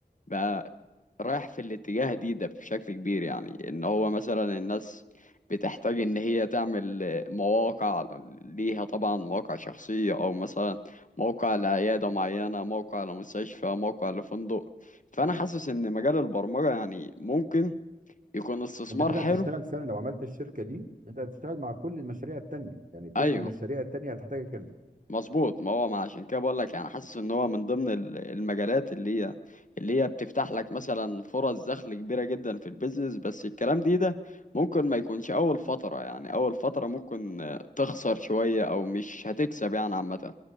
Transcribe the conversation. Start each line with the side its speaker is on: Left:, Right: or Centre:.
Left: بقى رايح في الاتجاه دي ده بشكل كبير يعني ان هو مثلا الناس بتحتاج ان هي تعمل مواقع ليها طبعا مواقع شخصية او مثلا موقع لعيادة معينة موقع لمستشفى موقع لفندق فانا حاسس ان مجال البرمجة يعني ممكن يكون استثمار
Right: انت كده
Left: حلو
Right: هتشتغل فعلا لو عملت الشركة دي انت هتشتغل مع كل المشاريع التانية يعني كل
Left: ايوه
Right: المشاريع التانية هتحتاجك انت
Left: مظبوط ما هو ما عشان كده بقول لك يعني حاسس ان هو من ضمن ال- المجالات اللي هي اللي هي بتفتح لك مثلا فرص دخل كبيره جدا في البيزنس بس الكلام دي ده ممكن ما يكونش اول فتره يعني اول فتره ممكن آه، تخسر شويه او مش هتكسب يعني عامه